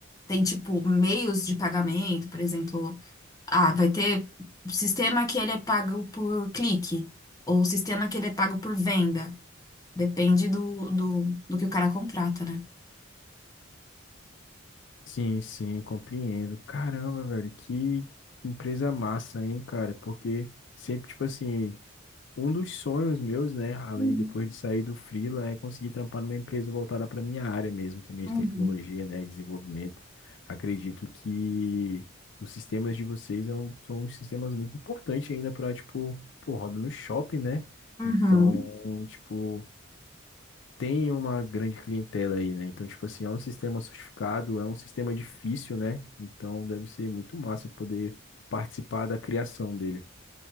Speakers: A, on the left (about 15°); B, on the left (about 60°).
A: Tem, tipo, meios de pagamento, por exemplo. Ah, vai ter sistema que ele é pago por clique, ou sistema que ele é pago por venda. Depende do, do, do que o cara contrata, né?
B: sim, sim, compreendo. Caramba, velho, que empresa massa, hein, cara? Porque sempre, tipo assim. Um dos sonhos meus, né, além
A: Uhum,
B: depois de sair do freela, é conseguir trampar numa empresa voltada para minha área mesmo, também
A: uhum.
B: de tecnologia, né, e desenvolvimento. Acredito que os sistemas de vocês é um- são uns sistemas muito importantes ainda para, tipo, pô, roda no shopping, né?
A: Uhum.
B: Então, tipo, tem uma grande clientela aí, né? Então, tipo assim, é um sistema sofisticado, é um sistema difícil, né? Então, deve ser muito massa poder participar da criação dele.